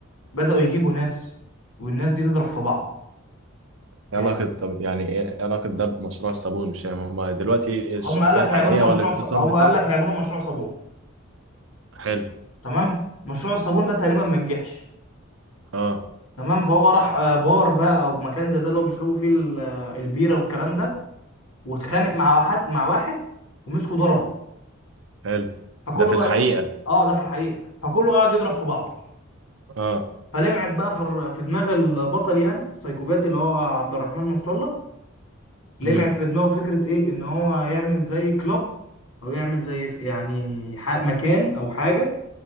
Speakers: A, on the left; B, on the right.
A: بدأوا يجيبوا ناس والناس دي تضرب في بعض
B: ايه
A: يعني
B: علاقة طب يعني ايه إيه علاقة ده بمشروع الصابون مش فاهم هما دلوقتي الشخصية
A: هم قال لك
B: الحقيقية
A: هيعملوا
B: ولا
A: مشروع
B: الانفصام
A: ص... هم
B: بتاعها
A: قال لك هيعملوا مشروع صابون
B: حلو
A: تمام مشروع الصابون ده تقريبا ما نجحش
B: اه
A: تمام فهو راح آه، بار بقى او مكان زي ده اللي هو بيشربوا فيه ال- آه، البيره والكلام ده واتخانق مع واحد مع واحد ومسكه ضربه
B: حلو
A: فكله
B: ده في
A: بقى
B: الحقيقة
A: ايه اه ده في الحقيقه فكله قعد يضرب في بعضه
B: اه
A: فلمعت بقى في الر- في دماغ البطل يعني السايكوباتي اللي هو عبد الرحمن نصر الله لمعت
B: امم
A: في دماغه فكرة ايه ان هو يعمل زي كلاب او يعمل زي ف- يعني ح- مكان او حاجة